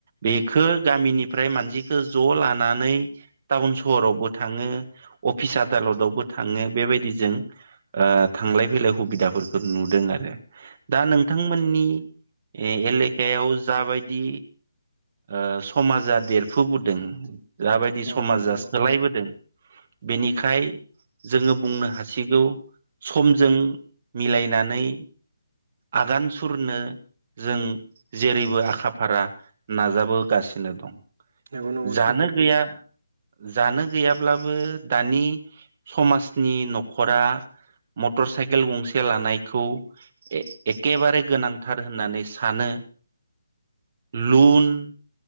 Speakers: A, on the right (about 30°); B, on the right (about 50°).
A: बेखौ गामिनिफ्राय मानसिखौ ज लानानै टाउन सहरावबो थाङो, अफिस, आदालद आवबो थाङो बेबायदि जों ओ थांलाय फैलाय हुबिदाफोरखौ नुदों आरो। दा नोंथांमोननि ए एलेकायाव जाबायदि ओ समाजा देरफुबोदों जाबायदि समाजा
B: औ नोंथां औ
A: सोलायबोदों बेनिखाय जोङो बुंनो हासिगौ समजों मिलायनानै आगान सुरनो जों जेरैबो आखा फारा नाजाबोगासिनो दं।
B: नंगौ नंगौ
A: जानो
B: सैथो बुं
A: गैया जानो गैयाब्लाबो दानि समाजनि न'खरा मटर साइकेल गंसे लानायखौ ए एखेबारे गोनांथार होननानै सानो लुन <unintelligible>